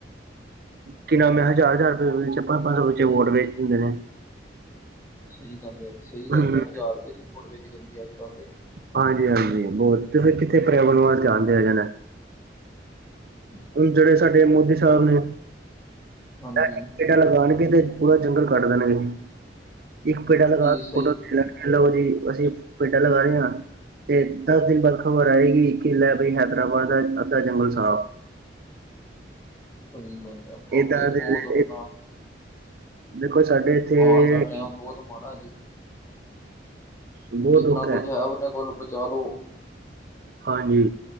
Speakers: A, on the right; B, on the left.
A: ਕਿ ਨਵੇਂ ਹਜ਼ਾਰ-ਹਜ਼ਾਰ ਰੁਪਏ ਵਿੱਚ ਪੰਜ-ਪੰਜ ਸੌ ਵਿੱਚੇ ਵੋਟ ਵੇਚ ਦਿੰਦੇ ਨੇ।
B: ਸਹੀ ਗੱਲ ਆ ਜੀ ਸਹੀ ਗੱਲ
A: ਹਮ,
B: ਆ ਹਜ਼ਾਰ ਰੁਪਏ ਦੀ ਵੋਟ ਵਿਕ ਜਾਂਦੀ ਆ ਅੱਜ ਕੱਲ ਤੇ।
A: ਹਾਂਜੀ-ਹਾਂਜੀ ਬਹੁਤ ਫਿਰ ਕਿੱਥੇ ਪਰਿਆਵਰਨ ਵਾਸੇ ਧਿਆਨ‌ ਦੇਆ ਜਾਣਾ।
B: <inaudible>
A: ਹੁਣ ਜਿਹੜੇ ਸਾਡੇ ਮੋਦੀ ਸਾਹਿਬ ਨੇ,
B: ਹਾਂਜੀ
A: ਐ- ਪੇਡਾ ਲਗਾਣਗੇ ਤੇ ਪੂਰਾ ਜੰਗਲ ਕੱਟ ਦੇਣਗੇ। ਇੱਕ ਪੇਡਾ ਲਗਾ
B: ਜੀ
A: ਕੇ
B: ਸਹੀ
A: ਫੋਟੋ ਖਿਚ ਲੈਣਗੇ। ਲਓ ਜੀ ਅਸੀਂ ਪੇਡਾਂ ਲਗਾ ਰਹੇ ਆ ਤੇ ਦਸ ਦਿਨ ਬਾਅਦ ਖ਼ਬਰ ਆਏਗੀ ਕਿ ਲੈ ਬਈ ਹੈਦਰਾਬਾਦ ਦਾ ਅੱਧਾ ਜੰਗਲ ਸਾਫ਼।
B: ਸਹੀ ਗੱਲ ਆ ਬਾਬਾ
A: ਇਹ ਦਾਂ
B: ਜੀ ਬਹੁਤ
A: ਤੇ
B: ਆਪਣਾ
A: ਦੇਖੋ ਸਾਡੇ ਇੱਥੇ
B: ਆਉਣ ਦਾ ਟਾਈਮ ਬਹੁਤ ਮਾੜਾ ਜੀ,
A: ਬਹੁਤ
B: ਜਿੰਨਾ
A: ਦੁੱਖ
B: ਕੁਛ ਹੈ ਉਹਨੇ ਕੁਲ ਪਚਾਲੋ
A: ਹਾਂਜੀ,